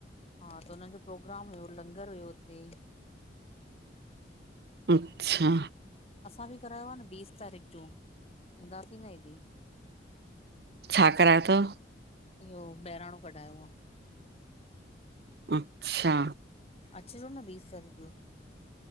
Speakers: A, on the left; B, on the right.
A: हा, त उनन जो प्रोग्राम हुयो, लंगर हुयो उते।
B: अच्छा
A: असां बि करायो आ न, बीस तारीक जो, ईंदासीं न हेॾे।
B: छा, करायो तव?
A: इहो, बहिराणो कढ़ायो आ।
B: अच्छा
A: अचजो न, बीस तारीक जो।